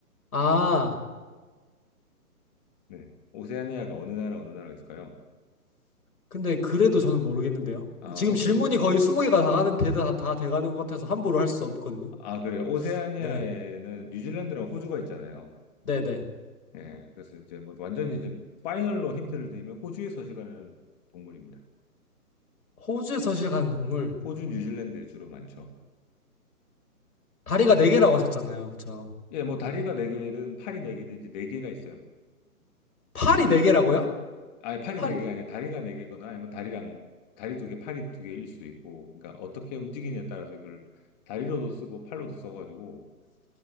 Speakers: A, on the left; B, on the left.
A: 아.
B: 네. 오세아니아가 어느 나라, 어느 나라가 있을까요?
A: 근데 그래도 저는 모르겠는데요.
B: 아,
A: 지금
B: 오세,
A: 질문이 거의 20개가 다 가는, 대, 다, 다 돼가는 것 같아서 함부로 할 수 없거든요.
B: 아, 그래요. 오세아니아에는
A: 네.
B: 뉴질랜드랑 호주가 있잖아요.
A: 네네.
B: 예, 그래서 이제 뭐 완전히 이제 파이널로 힌트를 드리면 호주에 서 식하는 동물입니다.
A: 호주에서 시작하는 동물.
B: 호주, 뉴질랜드에 주로 많죠.
A: 다리가
B: 그,
A: 4개라고 하셨잖아요. 그쵸?
B: 예, 뭐 다리가 네개든 팔이 네개든 이제 네개가 있어요.
A: 팔이
B: 그럼,
A: 4개라고요?
B: 아니, 팔이
A: 팔이.
B: 네개가 아니라 다리가 네개거나 아니면 다리랑, 다리 두 개 팔이 두개일 수도 있고, 그러니까 어떻게 움직이냐에 따라서 이걸 다리로도 쓰고 팔로도 써가지고,